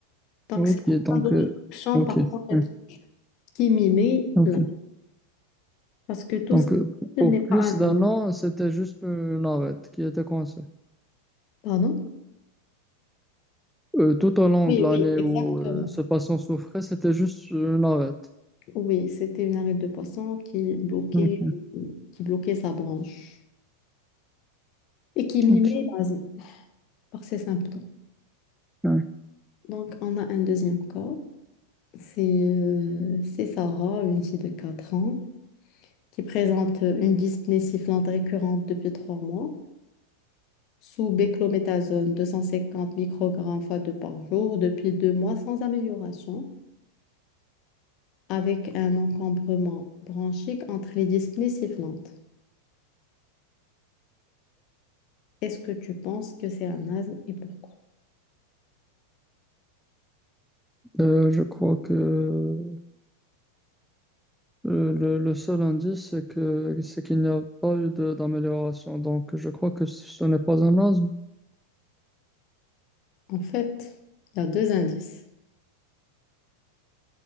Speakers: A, on the left; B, in the centre.
A: Donc
B: Ok,
A: c'est
B: donc,
A: pas d'obstruction
B: euh, ok,
A: par corps étranger
B: ouais,
A: qui mimait
B: ok.
A: là. Parce que tout
B: Donc,
A: ce qui
B: euh, pour
A: n'est pas
B: plus
A: un
B: d'un
A: mime.
B: an, c'était juste euh, l'arête qui était coincée.
A: Pardon?
B: Euh, tout au long
A: Oui,
B: de l'année
A: oui, exactement.
B: où euh, ce patient souffrait, c'était juste euh, une arête.
A: Oui, c'était une arête de poisson qui bloquait,
B: Ok,
A: euh, qui bloquait sa branche et qui mimait
B: ok,
A: l'asthme par ses symptômes.
B: ouais.
A: Donc, on a un deuxième cas. C'est euh, c'est Sarah, une fille de 4 ans, qui présente euh, une dyspnée sifflante récurrente depuis 3 mois, sous béclométasone 250 microgrammes fois 2 par jour, depuis 2 mois sans amélioration, avec un encombrement bronchique entre les dyspnées sifflantes. Est-ce que tu penses que c'est un asthme et pourquoi?
B: Euh, je crois que Euh, Le, le seul indice, c'est que, c'est qu'il n'y a pas eu de- d'amélioration. Donc, je crois que ce n'est pas un asthme.
A: En fait, il y a deux indices.